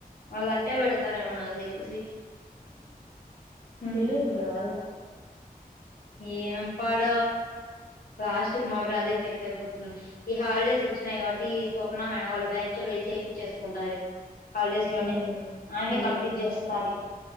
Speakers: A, on the left; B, on the right.
A: మళ్ళా అట్టే పెడతారమో నాకు తెలిసి. హ్మ్.
B: తెలివుందా వాళ్ళకి.
A: ఏం పాడో. లాస్ట్ మా ప్రాజెక్ట్ ఎట్ అయిపోతుంది. ఈ హాలిడేస్ వచ్చినయి కాబట్టి ఈ స్వప్న మేడం వాళ్ళ బ్యాచ్ వోళ్ళోవి చేపిచేసుకుంటది. హాలిడేస్ లోనే
B: ఉమ్
A: ఆమె
B: ఉమ్
A: కంప్లీట్ చేస్తది